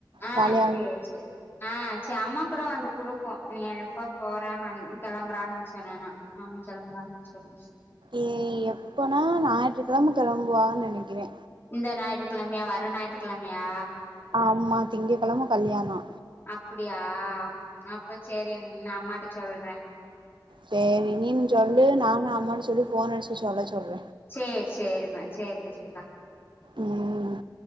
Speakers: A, on the left (about 30°); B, on the right (about 90°).
A: ஆ
B: ஜாலியா
A: சேர் சேர் ஆ ச அம்மா கூட வந்து குடுக்கு நீ எப்ப போறாங்கன் கெளம்புறாங்கன் சொன்னனா மாமி கெளம்புறாங்கன் சொல்லி
B: ஏ எப்பனா ஞாய்ற்றுக்கிழம கெளம்புவாக நெனைக்கிறே
A: இந்த ஞாய்ற்றுக்கிழம்யா வர ஞாய்ற்றுக்கிழம்யா
B: ஆமா திங்ககெழம கல்யாணோ
A: அப்புடியா அப்ப சேரி நான் அம்மாட்ட சொல்ற
B: சேரி நீன்னு சொல்லு நானு அம்மாட்ட சொல்லி ஃபோன் அடிச்ட்டு சொல்ல சொல்ற
A: சேர் சேரி மா சேர் ரேஷ்மித்தா
B: ம்